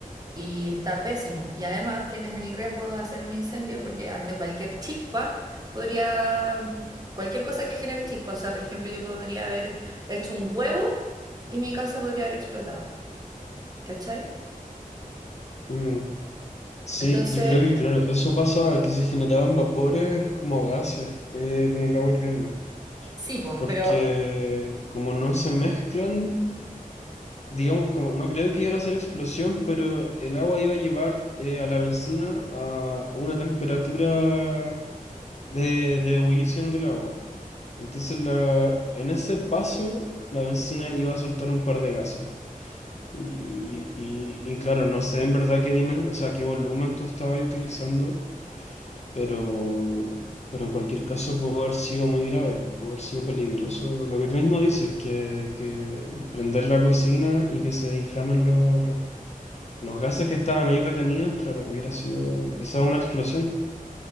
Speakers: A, on the right; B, on the left.
A: y está pésimo. Y además tienes el riesgo de hacer un incendio porque ante cualquier chispa podría, mm, cualquier cosa que genere chispa, o sea, por ejemplo, yo podría haber hecho un huevo y mi casa podría haber explotado, ¿cachai?
B: Mm, Sí,
A: Entonces,
B: yo creo que claro, eso pasaba, que se generaban vapores como gases eh, con el agua hirviendo,
A: sí, pues,
B: porque
A: pero, eh,
B: como no se mezclan, digamos como, no creo que iba a ser explosión, pero el agua iba a llevar eh, a la bencina a una temperatura de, de ebullición del agua. Entonces la, en ese paso la bencina iba a soltar un par de gases. Y, y, y claro, no sé en verdad qué dimen, o sea, qué volumen tú estabas utilizando pero, pero en cualquier caso pudo haber sido muy grave, pudo haber sido peligroso. Lo que tú mismo dices, que, que prender la cocina y que se inflamen los, los, los gases que estaban ahí retenidos, claro, hubiera sido quizá una explosión.